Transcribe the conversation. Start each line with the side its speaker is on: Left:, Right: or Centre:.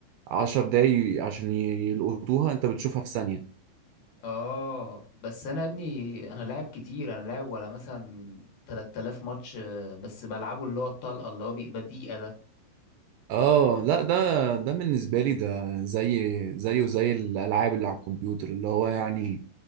Right: عشر دقايق عشان ي- يلقطوها انت بتشوفها في ثانية
Left: اه بس انا يا ابني انا لاعب كتير انا لاعب ولا مثلا 3000 ماتش آه، بس بلعبه اللي هو الطلقة اللي هو بيبقى دقيقة ده
Right: اه لا ده ده بالنسبه لي ده زي زيه زي الالعاب اللي على الكمبيوتر اللي هو يعني